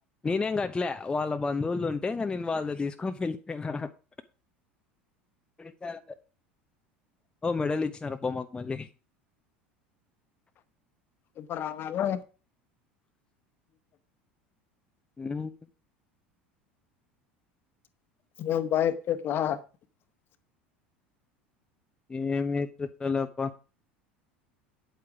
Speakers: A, on the left (about 15°); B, on the left (about 40°).
A: ననేం కట్లే వాళ్ బంధువులుదుంటే ఇంగ నేను వాళ్ళు తీసుకోని వెలి <unintelligible> ఇడ చాల ఓ మెడల్ ఇచ్చినారూ అబ్బ మాకు మళ్ళీ
B: ఇప్పుడు <unintelligible>
A: మ్మ్
B: <unintelligible>
A: ఏమి చుట్టాలు అబ్బ